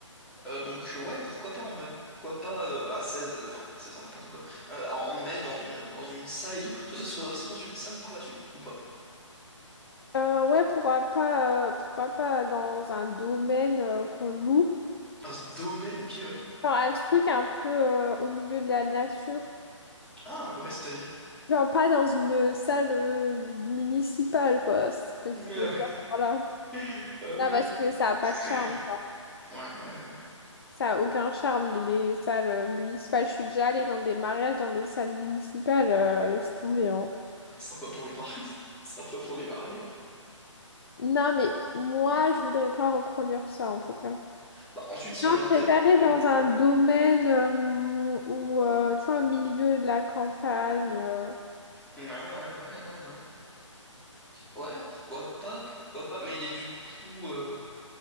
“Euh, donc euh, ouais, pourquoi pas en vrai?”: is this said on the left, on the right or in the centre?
Centre